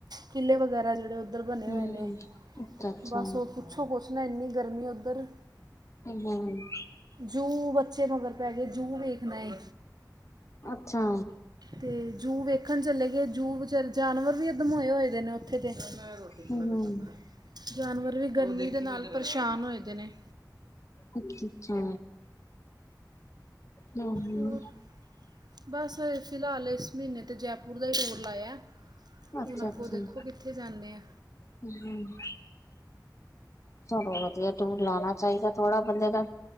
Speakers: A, on the right; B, on the left.
A: ਕਿਲੇ ਵਗੈਰਾ ਜੇੜੇ ਓਧਰ ਬਣੇ
B: ਹੂੰ,
A: ਹੋਏ ਨੇ,
B: ਅੱਛਾ-ਅੱਛਾ,
A: ਬਸ ਔ ਪੁੱਛੋ ਕੋਛ ਨਾ, ਇੰਨੀ ਗਰਮੀ ਏ ਔਧਰ।
B: ਕਈ ਜਾਨ <unintelligible>
A: ਜੂ ਬੱਚੇ ਮਗਰ ਪੈ, ਗਏ ਜੂ ਵੇਖਣਾ ਏ।
B: ਅੱਛਾ। ਹੂੰ, ਅੱਛਾ-ਅੱਛਾ,
A: ਤੇ ਜੂ ਵੇਖਣ ਚਲੇੇ ਗਏ। ਜੂ ਵਿਚਾਰੇ ਜਾਨਵਰ ਵੀ ਅੱਧਮੋਏ ਹੋਏ ਦੇ ਨੇ ਔਥੇ ਤੇ। ਰੋਟੀ ਖਾਲਾ
B: ਹੂੰ-ਹੂੰ।
A: ਫੇਰ ਚਲਨਾ ਐ। ਜਾਨਵਰ ਵੀ ਗਰਮੀ ਦੇ ਨਾਲ ਪਰੇਸ਼ਾਨ ਹੋਏ ਦੇ ਨੇ।
B: <inaudible> ਹੂੰ-ਹੂੰ
A: ਹੋਰ ਬਸ ਫਿਲਹਾਲ ਏਸ ਮੀਨੇ ਤੇ, ਜੈਪੁਰ ਦਾ ਈ ਟੂਰ ਲਾਇਆ ਏ।
B: ਅੱਛਾ-ਅੱਛਾ,
A: ਹੁਣ ਅੱਗੋਂ ਦੇਖੋ, ਕਿੱਥੇ ਜਾਂਦੇ ਆ।
B: ਹੂੰ, ਚਲੋ ਵਧੀਆ। ਟੂਰ ਲਾਣਾ ਵੀ ਚਾਈਦਾ ਥੋੜਾ ਬੰਦੇ ਦਾ